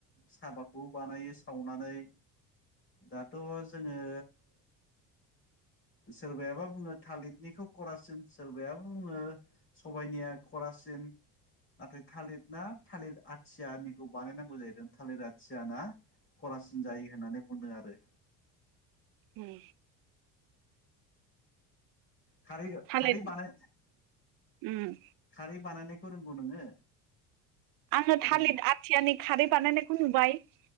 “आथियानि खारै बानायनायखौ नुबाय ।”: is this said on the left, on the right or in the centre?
Right